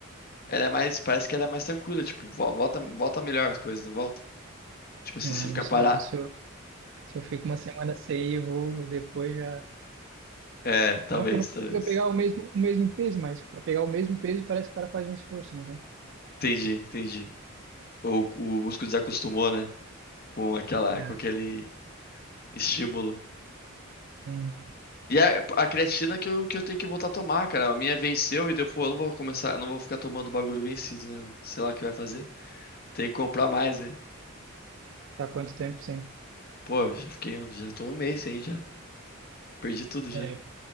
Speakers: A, on the left; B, on the right.
A: ela é mais, parece que ela é mais tranquila, tipo, vo- volta, volta melhor as coisas, não volta? Tipo assim,
B: ah,
A: se ficar
B: não sei,
A: parar,
B: mas se eu, se eu fico uma semana sem ir, eu vou depois já.
A: é, talvez,
B: Não que eu não consiga
A: talvez.
B: pegar o mesmo, o mesmo peso, mas para pegar o mesmo peso parece que o cara faz um esforço, não tem?
A: Entendi, entendi. O, o músculo desacostumou, né, com aquela,
B: É.
A: com aquele estímulo.
B: Hum.
A: E a, a creatina que eu, que eu tenho que voltar a tomar, cara, a minha venceu e deu, pô, eu não vou começar, eu não vou ficar tomando bagulho vencido, né, sei lá o que vai fazer. Tem que comprar mais, velho.
B: Tá quanto tempo sem?
A: Pô, já fiquei, já tô um mês sem já. Perdi tudo já.
B: É,